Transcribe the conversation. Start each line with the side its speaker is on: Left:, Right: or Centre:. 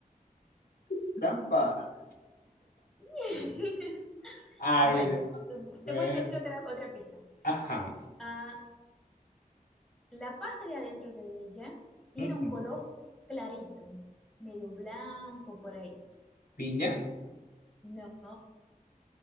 Left: Eso es trampa.
Centre: <laughs>
Left: Ay,
Centre: Bueno,
Left: déjame ver.
Centre: te voy a decir otra, otra pista.
Left: Ajá.
Centre: Ah, la parte de adentro de ella tiene
Left: Ujú.
Centre: un color clarito, medio blanco por ahí.
Left: ¿Piña?
Centre: No,